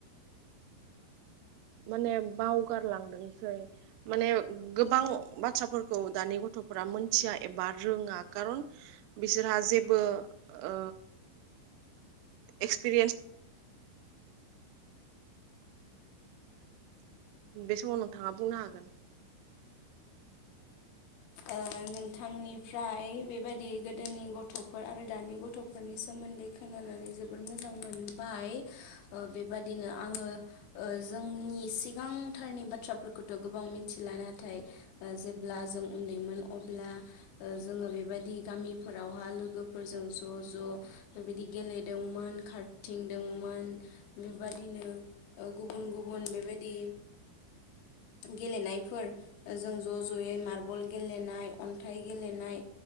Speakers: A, on the right (about 85°); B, on the left (about 75°).
A: माने बावगारलांदोंसै माने गोबां बाथ्राफोरखौ खौ दानि गथ'फोरा मोनथिया एबा रोङा खारन बिसोरहा जेबो ओ एक्सपिरियेन्स बे समाव नोंथाङा बुंनो हागोन
B: ओ नोंथांनिफ्राय बेबायदि गोदोनि गथ'फोर आरो दानि गथ'फोर फोरफोरनि सोमोनदै खोनानानै जोबोर मोजां मोनबाय बेबादिनो आङो जोंनि सिगांथारनि बाथ्राफोरखौथ' गोबां मिथिला नाथाय जेब्ला जों उनदैमोन अब्ला ओ जोङो बेबायदि गामिफोरावहा लोगोफोरजों ज' ज' बेबायदि गेलेदोंमोन खारथिंदोंमोन बेबादिनो ओ गुबुन गुबुन बेबाय दि गेलेनोफोर जों ज' ज'यै मार बल गेलेनाय अनथाइ गेलेनाय